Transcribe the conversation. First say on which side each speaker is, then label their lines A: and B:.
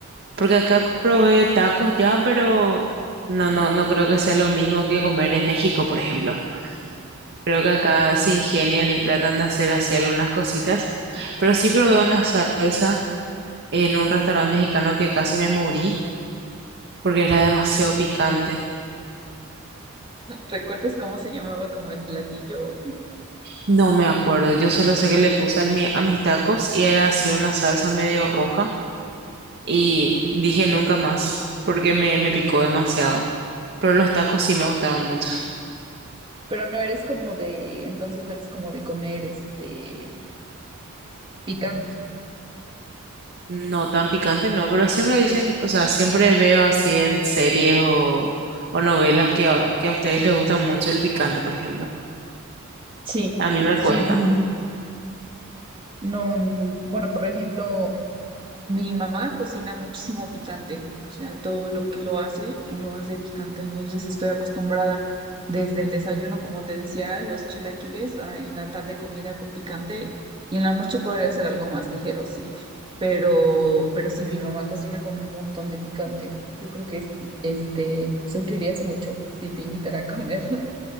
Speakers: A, on the right (about 50°); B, on the right (about 25°).
A: Porque acá probé tacos ya, pero no, no, no creo que sea lo mismo que comer en México, por ejemplo. Creo que acá se ingenian y tratan de hacer así algunas cositas. Pero sí probé una salsa en un restaurante mexicano que casi me morí porque era demasiado picante.
B: ¿Recuerdas cómo se llamaba como el platillo?
A: No me acuerdo, yo solo sé que le puse al mi- a mis tacos y era así una salsa medio roja y dije nunca más, porque me, me picó demasiado. Pero los tacos sí me gustaron mucho. <laughs>
B: Pero no eres como de, entonces no eres como de comer este picante.
A: No tan picante, no, pero siempre dicen, o sea, siempre veo así en series o, o novelas que a, que a ustedes les gusta mucho el picante, por ejemplo.
B: Sí,
A: A mí me
B: sí,
A: cuesta.
B: sí. No, mm, bueno, por ejemplo, Mi mamá cocina muchísimo picante, o sea, todo lo que lo hace, lo hace picante. Entonces estoy acostumbrada desde el desayuno, como te decía, los chilaquiles, a- en la tarde comida con picante y en la noche podría ser algo más ligero, sí. Pero, pero sí, mi mamá cocina con un montón de picante. Yo creo que es- este, sufrirías mucho si te invitara a comer.